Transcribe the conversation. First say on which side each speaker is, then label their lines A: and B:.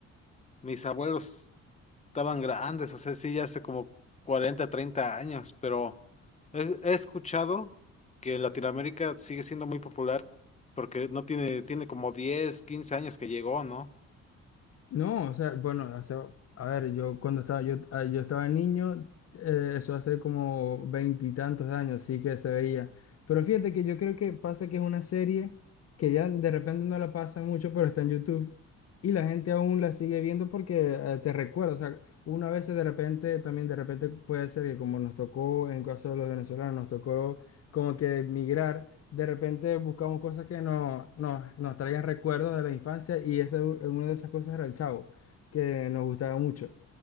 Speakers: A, on the left; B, on the left.
A: mis abuelos estaban grandes, o sea, sí, ya hace como 40 30 años, pero he, he escuchado que en Latinoamérica sigue siendo muy popular porque no tiene, tiene como 10 15 años que llegó, ¿no?
B: No, o sea, bueno, hace- a ver, yo cuando estaba, yo, ah, yo estaba niño, eh, eso hace como veintitantos años, sí que se veía. Pero fíjate que yo creo que pasa que es una serie que ya de repente no la pasa mucho, pero está en YouTube y la gente aún la sigue viendo porque eh, te recuerda, o sea, una vez de repente, también de repente puede ser que como nos tocó, en caso de los venezolanos, nos tocó como que emigrar. De repente buscamos cosas que nos, nos, nos traigan recuerdos de la infancia y esa, una de esas cosas era el Chavo, que nos gustaba mucho.